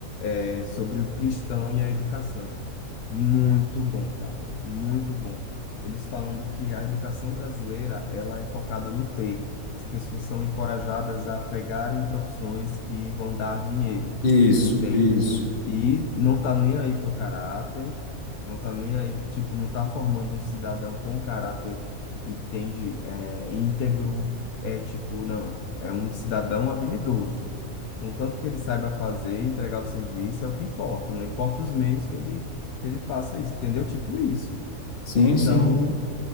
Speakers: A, on the left; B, on the left.
A: é, sobre o cristão e a educação. Muito bom, cara, muito bom. Eles falando que a educação brasileira, ela é focada no ter. As pessoas são encorajadas a pegarem profissões que vão dar dinheiro,
B: Isso,
A: entende?
B: isso.
A: E não tá nem aí pro caráter, não tá nem aí, tipo, não tá formando um cidadão com caráter, entende? É, íntegro, ético, não. É um cidadão habilidoso. Contanto que ele saiba fazer e entregar o serviço, é o que importa. Não importa os meios que ele, que ele faça isso, entendeu? Tipo isso.
B: Sim,
A: Então,
B: sim.